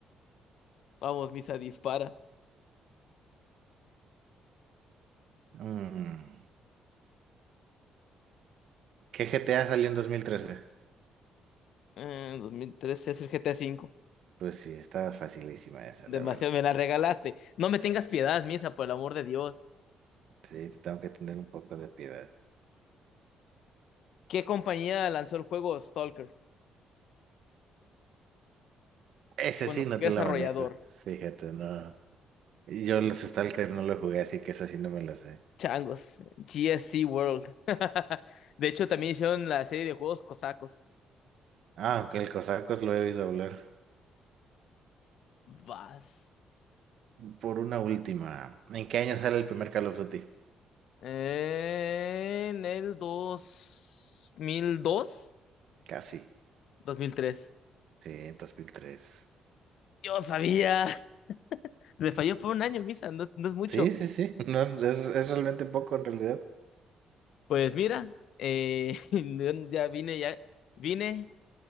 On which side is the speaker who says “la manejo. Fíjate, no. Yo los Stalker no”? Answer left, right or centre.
Right